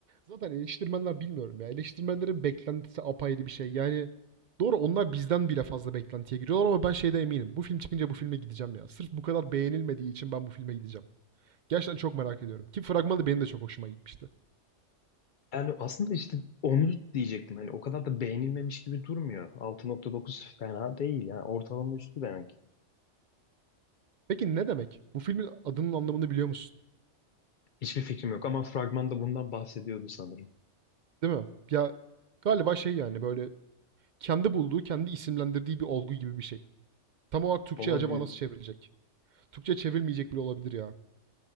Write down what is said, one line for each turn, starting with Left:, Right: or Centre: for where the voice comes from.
Right: zaten eleştirmenler bilmiyorum ya. Eleştirmenlerin beklentisi apayrı bir şey. Yani doğru onlar bizden bile fazla beklentiye giriyorlar ama ben şeyde eminim. Bu film çıkınca bu filme gideceğim ya. Sırf bu kadar beğenilmediği için ben bu filme gideceğim. Gerçekten çok merak ediyorum. Ki fragmanı benim de çok hoşuma gitmişti.
Left: Yani aslında işte onu diyecektim. Hani o kadar da beğenilmemiş gibi durmuyor. Altı nokta dokuz fena değil ya. Ortalama üstü demek.
Right: Peki ne demek? Bu filmin adının anlamını biliyor musun?
Left: Hiçbir fikrim yok ama fragmanda bundan bahsediyordu sanırım.
Right: Değil mi? Ya galiba şey yani böyle kendi bulduğu, kendi isimlendirdiği bir olgu gibi bir şey. Tam olarak Türkçe'ye
Left: Olabilir.
Right: acaba nasıl çevrilecek? Türkçe çevrilmeyecek bile olabilir ya.